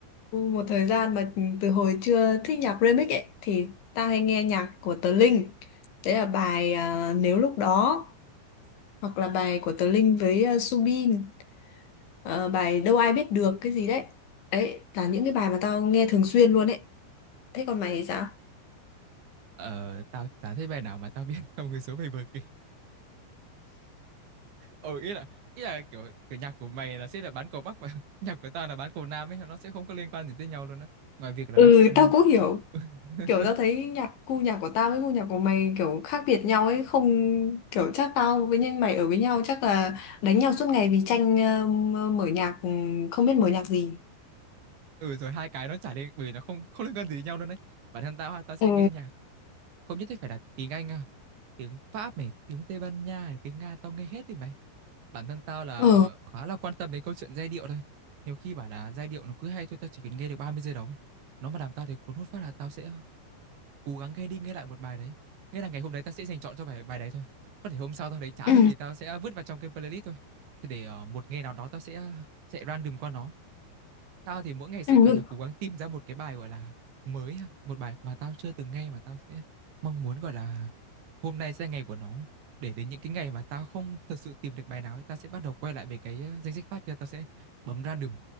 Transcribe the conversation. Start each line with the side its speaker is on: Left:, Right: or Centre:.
Left: một thời gian mà từ hồi chưa thích nhạc remix ấy, thì ta hay nghe nhạc của Tờ Linh. Đấy là bài ờ, Nếu lúc đó, hoặc là bài của Tờ Linh với ờ, Subin, Ờ, bài Đâu ai biết được cái gì đấy. Đấy là những cái bài mà tao nghe thường xuyên luôn ấy. Thế còn mày thì sao?
Right: Ờ, tao chả thấy bài nào mà tao biết trong cái số mày vừa kể. Ừ, ý là ý là kiểu kiểu nhạc của mày là sẽ là bán cầu Bắc và <laughs> nhạc của tao là bán cầu Nam ấy, nó sẽ không có liên quan gì tới nhau luôn á. Ngoài việc là
Left: Ừ,
Right: nó cạnh nhau.
Left: tao cũng hiểu
Right: <laughs>
Left: kiểu tao thấy nhạc gu nhạc của tao với gu nhạc của mày kiểu khác biệt nhau ấy không kiểu chắc tao với nhân mày ở với nhau chắc là đánh nhau suốt ngày vì tranh ờ, mở nhạc ừ, không biết mở nhạc gì
Right: Ừ rồi hai cái nó chả liên bởi vì nó không không liên quan gì đến nhau luôn đấy. Bản thân tao ha, tao sẽ
Left: ừ
Right: nghe nhạc không nhất thiết phải là tiếng Anh à. Tiếng Pháp này, tiếng Tây Ban Nha này, tiếng Nga tao nghe hết thì mày. bản thân tao là
Left: ừ
Right: khá là quan tâm đến câu chuyện giai điệu thôi nhiều khi bảo là giai điệu nó cứ hay thôi tao chỉ cần nghe được 30 giây đầu ấy nó mà làm tao thấy cuốn hút phát là tao sẽ ờ, cố gắng nghe đi nghe lại một bài đấy nghĩa là ngày hôm đấy tao sẽ dành chọn cho bài bài đấy thôi có thể hôm sau tao thấy chán
Left: ừ,
Right: rồi thì tao sẽ vứt vào trong cái playlist thôi thì để ờ, một ngày nào đó tao sẽ sẽ random qua nó Tao thì mỗi ngày sẽ,
Left: ừ.
Right: kiểu như là, cố gắng tìm ra một cái bài, gọi là, mới ha, một bài mà tao chưa từng nghe mà tao sẽ mong muốn, gọi là, hôm nay sẽ là ngày của nó ấy. Để đến những cái ngày mà tao không thật sự tìm được bài nào ấy, tao sẽ bắt đầu quay lại về cái, a, danh sách phát kia, tao sẽ bấm random.